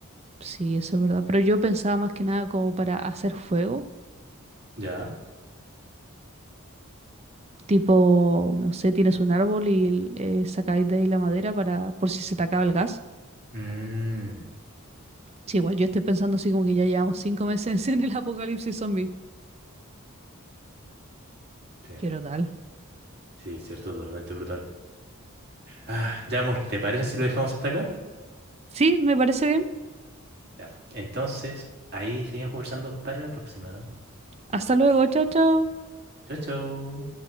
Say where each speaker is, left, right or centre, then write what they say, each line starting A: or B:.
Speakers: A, on the right; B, on the right.
A: Sí, eso es verdad. Pero yo pensaba más que nada como para hacer fuego.
B: ¿Ya?
A: Tipo, no sé, tienes un árbol y eh, sacáis de ahí la madera para por si se te acaba el gas.
B: Mm,
A: Sí, igual yo estoy pensando así como que ya llevamos cinco meses <laughs> en el apocalipsis zombie.
B: sí,
A: Quiero tal.
B: sí, cierto, totalmente brutal. Ah, ya, amor, ¿te parece si lo dejamos hasta acá?
A: Sí, me parece bien.
B: Ya, po. Entonces, ahí seguimos conversando para la próxima.
A: Hasta luego, chao, chao.
B: Chau chau.